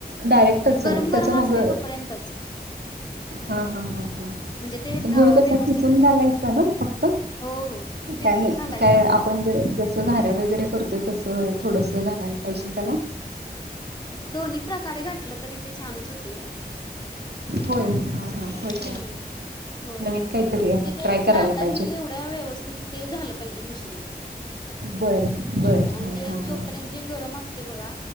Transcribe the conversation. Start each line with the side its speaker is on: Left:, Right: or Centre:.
Right: डायरेक्टच
Left: गरम
Right: त्याचा
Left: गरम असते
Right: मग
Left: तोपर्यंतच.
Right: हा हा हा हा
Left: म्हणजे ते अ,
Right: गुळ कसा
Left: व्यवस्थित
Right: खिसुन घालायचा ना फक्त?
Left: हो हो चेचून
Right: काय म्हण
Left: घालायचा.
Right: काय आपण जस जस घार्या वगैरे करत तसं थोडसं घालायला पाहिजे त्याला.
Left: दोन्ही प्रकारे घातलं तरी ते छानच होते ओ.
Right: होय हा. हा होय
Left: हम्म
Right: काय
Left: होय,
Right: नवीन काहीतरी
Left: म्हणजे
Right: आहे
Left: ते
Right: ट्राय करायला
Left: लाटायला
Right: पाहिजे
Left: येईल एवढ्या व्यवस्थित ते झालं पाहिजे मिश्रण
Right: बरं बरं
Left: आणिजे
Right: हा हा
Left: तोपर्यंत
Right: हा
Left: जे गरम अस ते बघा